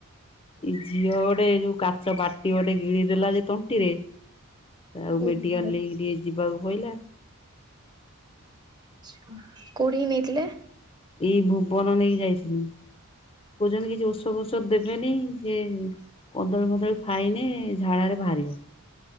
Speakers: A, on the left; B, on the right.
A: ଏଇ ଝିଅ ଗୋଟେ ଯୋଉ କାଚ ବାଟି ଗୋଟେ ଗିଳିଦେଲା ଯେ ତଣ୍ଟିରେ ଆଉ
B: ଓହୋ
A: ମେଡିକାଲ ନେଇକି ଟିକେ ଯିବାକୁ ପଡିଲା।
B: କୋଉଠିକି ନେଇଥିଲେ?
A: ଏଇ ଭୁବନ ନେଇକି ଯାଇଥିଲି। କହୁଛନ୍ତି କିଛି ଓସ ଫୋସ ଦେବେନି ସେ କଦଳୀ ଫଦଳୀ ଖାଇନେ ଝାଡାରେ ବାହାରିବ।